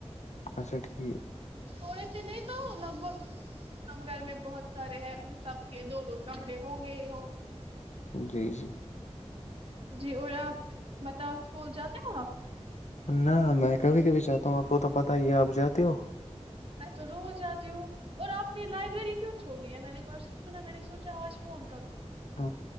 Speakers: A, on the left; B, on the right.
A: اچھا ٹھیک
B: تھوڑے سے نہیں تو لگ بھگ ہم گھر میں بہت سارے ہیں ان سب کے دو دو کپڑے ہوں گے ہی ہوں گے
A: جی س <unintelligible>
B: جی اور آپ بتاؤ اسکول جاتے ہو آپ
A: نہ میں کبھی کبھی چاہتا ہوں آپ کو تو پتہ ہی ہے آپ جاتے ہو
B: میں تو روز جتیی ہوں اور آپ نے لائبریری کیوں چھوڑی ہے میں نے پرسوں سنا میں نے سوچا آج فن
A: آ